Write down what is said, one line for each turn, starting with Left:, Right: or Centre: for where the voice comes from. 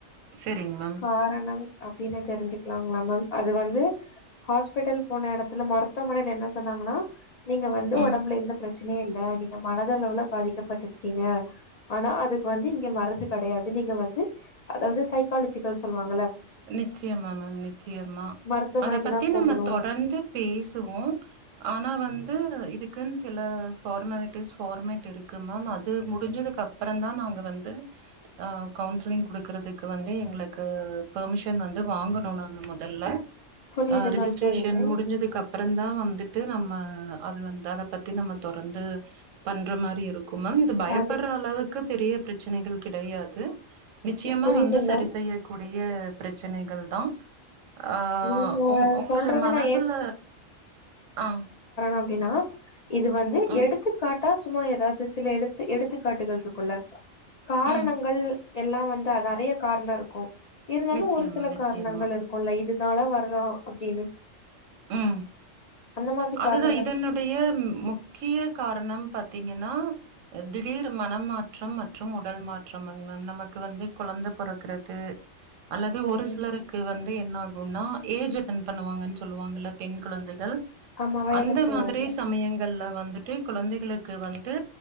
Right: சரிங்க மேம்
Left: காரணம் அப்டின்னு தெரிஞ்சுக்கலாங்ளா மேம் அது வந்து ஹாஸ்பிட்டல் போன இடத்துல மருத்துவமனைல என்ன சொன்னாங்கனா நீங்க வந்து
Right: ம்
Left: உடம்புல எந்த பிரச்சன இல்ல நீங்க மனதளவுல பாதிக்கப்பட்டிருக்கீங்க ஆனா அதுக்கு வந்து இங்க மருந்து கிடையாது நீங்க வந்து அதாவது சைக்காலஜி அ சொல்லுவாங்கல
Right: நிச்சயமா மேம் நிச்சயமா
Left: மருத்துவமனைக்கு
Right: அத பத்தி
Left: தா போகணு
Right: நம்ம தொடர்ந்து பேசுவோ ஆனா வந்து த்து இதுக்குன் சில ஃபார்மாலிட்டிஸ் ஃபார்மேட் இருக்கு மேம் அது முடிஞ்சதுக்கு அப்பறதா நாங்க வந்து ஹ கவுன்சிலிங் குடுக்கறதுக்கு வந்து எங்களுக்கு பெர்மிஷன் வந்து வாங்கணு நாங்க முதல்ல
Left: புரியுது
Right: ஆ ரிஜிஸ்ட்ரேஷன்
Left: மேம் புரியுது
Right: முடிஞ்சதுக்கு அப்பறம் தா வந்து இது நம்ம அது வந்து அத பத்தி நம்ம தொடர்ந்து பண்ற மாரி இருக்கும் மேம் இது பயப்படுற
Left: அது
Right: அளவுக்கு பெரிய பிரச்ச பிரச்சனைகள் கிடையாது நிச்சயமா
Left: புரியுது
Right: வந்து சரி
Left: மேம்
Right: செய்யக்கூடிய பிரச்சனைகள் தா ஆ
Left: நீங்க
Right: உங் உங்கள்
Left: சொல்றத
Right: மனதுல
Left: நா
Right: ஆ
Left: அப்டினா இது வந்து
Right: ம்
Left: எடுத்துக்காட்டு தா சும்மா எதாவது சில எடுத்து எடுத்துக்காட்டுகள் இருக்குள்ள காரணங்கள்
Right: ம்
Left: எல்லா வந்து அது நிறைய காரணம் இருக்கும் இருந்தாலு
Right: நிச்சயமா
Left: ஒரு சில
Right: நிச்சயமா
Left: காரணங்கள் இருக்குல இதுனால வரலா அப்டின்னு
Right: ம்
Left: அந்த மாதிரி
Right: அதுதா
Left: காரணங்கள்
Right: இதனுடைய முக்கிய காரணம் பத் வந்தீங்கன்னா திடீர் மனமாற்றம் மற்றும் உடல் மாற்றம் மேம் நமக்கு வந்து குழந்தை பிறக்கறது அல்லது
Left: ம்
Right: ஒரு சிலருக்கு வந் என்ன ஆகும்னா ஏஜ் அட்டென் பண்ணுவாங்க சொல்லுவாங்க பெண் குழந்தைகள்
Left: ஆமா வயதிற்கு
Right: அந்த மாதிரி
Left: வயது
Right: சமயங் கல்ல வந்துட்டு குழந்தைகளுக்கு வந்து